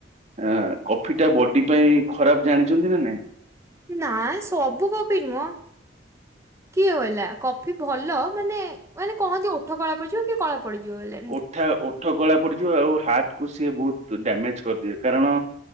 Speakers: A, on the right; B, on the right.
A: ଆ କଫି ଟା ବଡି ପାଇଁ ଖରାପ ଜାଣିଚନ୍ତି ନା ନାଇଁ।
B: ନାଇଁ ସବୁ କଫି ନୁହଁ। କିଏ କହିଲା କଫି ଭଲ ମାନେ ମାନେ କହନ୍ତି ଓଠ କଳା ପଡିଯିବ କିଏ କଳା ପଡ଼ିଯିବ ହେଲେ।
A: ଓଠା ଓଠ କଳା ପଡିଯିବ ଆଉ ହାର୍ଟ କୁ ସିଏ ବହୁତ ଡ୍ୟାମେଜ କରିଦିଏ କାରଣ